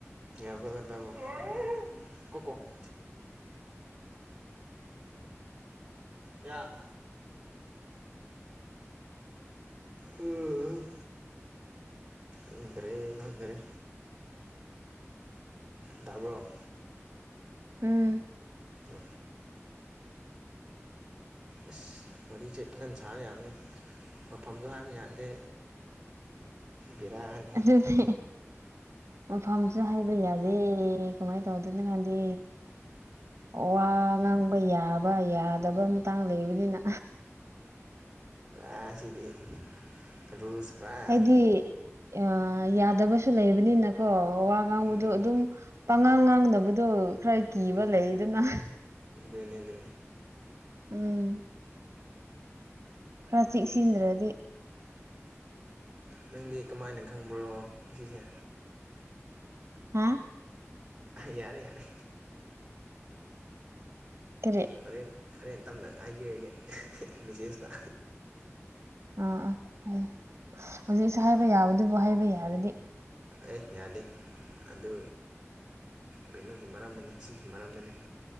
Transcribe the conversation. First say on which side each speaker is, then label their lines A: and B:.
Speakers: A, on the right; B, on the right.
A: <unintelligible>
B: <inaudible>
A: ꯀꯌꯥ ꯎꯝ ꯈꯪꯗꯔꯦ ꯈꯪꯗꯔꯦ ꯇꯕ꯭ꯔꯣ
B: ꯎꯝ
A: ꯎ ꯑꯁ ꯋꯥꯔꯤꯁꯦ ꯐꯖꯅ ꯁꯥꯕ ꯌꯥꯕꯅꯤ ꯃꯐꯝꯁꯨ ꯍꯥꯏꯕ ꯌꯥꯗꯦ ꯕꯤꯔꯥꯅꯤ
B: ꯑꯗꯨꯅꯤ ꯃꯐꯝꯁꯨ ꯍꯥꯏꯕ ꯌꯥꯗꯦ ꯀꯃꯥꯏꯅ ꯇꯧꯗꯣꯏꯅꯣ ꯈꯪꯗꯦ ꯋꯥ ꯉꯥꯡꯕ ꯌꯥꯕ ꯌꯥꯗꯕ ꯃꯇꯥꯡ ꯂꯩꯕꯅꯤꯅ
A: ꯑꯥ ꯁꯤꯗꯤ ꯑꯗꯨ ꯏꯁꯄ꯭ꯔꯥꯏ
B: ꯍꯥꯏꯗꯤ ꯑ ꯌꯥꯗꯕꯁꯨ ꯂꯩꯕꯅꯤꯅꯀꯣ ꯋꯥ ꯉꯥꯡꯕꯗꯣ
A: ꯎꯝ
B: ꯑꯗꯨꯝ ꯄꯪꯉꯥꯡ ꯉꯥꯡꯅꯕꯗꯣ ꯈꯔ ꯀꯤꯕ
A: ꯎꯝ
B: ꯂꯩ ꯑꯗꯨꯅ
A: ꯑꯗꯨꯅꯤ ꯑꯗꯨꯅꯤ
B: ꯎꯝ ꯈꯔ ꯆꯦꯛ ꯁꯤꯟꯗ꯭ꯔꯗꯤ
A: ꯅꯪꯗꯤ ꯀꯃꯥꯏꯅ ꯈꯪꯕ꯭ꯔꯣ ꯑꯁꯤꯁꯦ
B: ꯍꯥ
A: ꯌꯥꯔꯦ ꯌꯥꯔꯦ
B: ꯀꯔꯤ
A: ꯍꯣꯔꯦꯟ ꯍꯔꯦꯟ ꯇꯞꯅ ꯍꯥꯏꯕꯤꯔꯒꯦ ꯃꯦꯁꯦꯖꯇ
B: ꯑꯥ ꯑꯥ ꯍꯣꯏꯌꯦ ꯍꯧꯖꯤꯛꯁꯨ ꯍꯥꯏꯕ ꯌꯥꯕꯗꯨꯕꯨ ꯍꯥꯏꯕ ꯌꯥꯔꯗꯤ
A: ꯑꯦ ꯌꯥꯗꯦ ꯑꯗꯨ ꯀꯩꯅꯣꯒꯤ ꯃꯔꯝꯗꯅꯤ ꯁꯤꯒꯤ ꯃꯔꯝꯗꯅꯤ